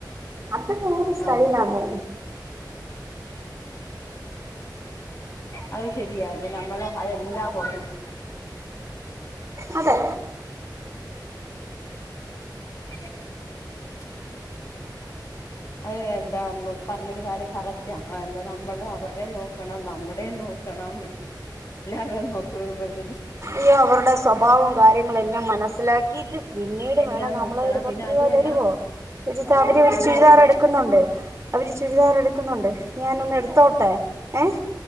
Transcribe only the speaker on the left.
ആ അത് ശരിയാ നമ്മള് അതെല്ലാം പൊറുക്കണം
<inaudible> അത് എന്താ പറഞ്ഞെലൊരു കാര്യം കറക്റ്റാ അ എന്താ നമ്മള് അവർടെ നോ ക്കണം നമ്മുടെ നോക്കണം <unintelligible> വരുമ്പോ ഈ
എല്ലാം
നോക്കണം
പിന്നെ
അതുമല്ല
ആ
അതുമല്ല